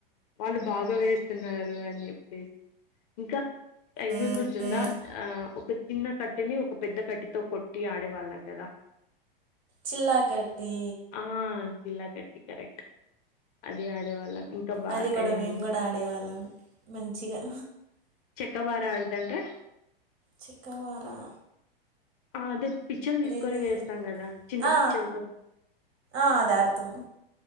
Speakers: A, on the left; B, on the right.
A: వాళ్ళు బాగా వేస్తున్నారు అని చెప్పేసి ఇంకా ఇవి
B: ఆ!
A: గుర్తుందా ఆ ఒక చిన్న కట్ కట్టిని ఒక పెద్ద కట్టితో కొట్టి ఆడేవాళ్ళం కదా
B: చిల్లాకట్టి
A: ఆ ఇల్లా కట్టి కరెక్ట్ అది ఆడేవాళ్ళం ఇంకా బా
B: అది కూడా
A: ఇదేంది
B: మేము కూడా ఆడేవాళ్ళం మంచిగా
A: కబాడీ ఆడ్ థాంట్రా
B: చిక్కవారా
A: ఆ అదే పిచ్చలు తీసుకొని
B: ఇది
A: వేస్తాం కదా చింత
B: ఆ,
A: పిచ్చల్తో
B: ఆ అది ఆడ్తామ్